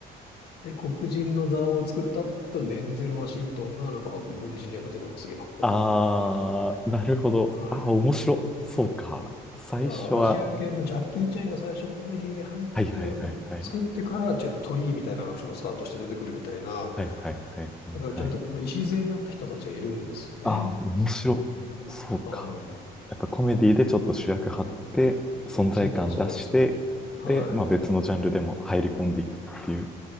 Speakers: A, on the left; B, in the centre.
A: で、黒人の座を作った後、デンゼル・ワシントンが、なんか、軍人の役で、なんかすげえかっこよくやるみたいな。
B: あー、なるほど。
A: はい。
B: あー、面白。そうか。最初は、
A: だからアジア系もジャッキー・チェンが最初コメディで入って、
B: はいはいはいはい。
A: もう作ってから、ジェット・リーみたいなアクションスタートして出てくるみたいな、
B: はいはいはいはいはい。
A: なんか、ちゃんとこの礎になった人たちがいるんですよね。
B: あー、面白。そうか。
A: はい。
B: やっぱコメディでちょっと主役張って、存在感出して、
A: そうなんです、そうなんです。はい。
B: で、まあ別のジャンルでも入り込んでいくっていう。